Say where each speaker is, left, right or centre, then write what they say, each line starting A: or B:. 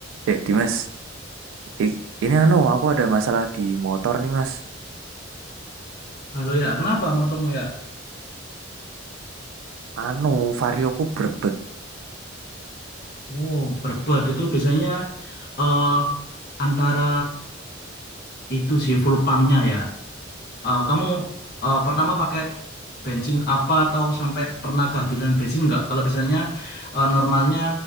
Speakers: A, on the right; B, on the left.
A: Eh, Dimas, i- ini anu, aku ada masalah di motor nih, Mas.
B: Kalau ya, kenapa motormu ya?
A: Anu, varioku berbet.
B: Wow, berbet itu biasanya eh antara itu sih full pumpnya ya. Eh, kamu eh, pertama pakai bensin apa atau sampai pernah kehabisan bensin nggak? Kalau biasanya eh, normalnya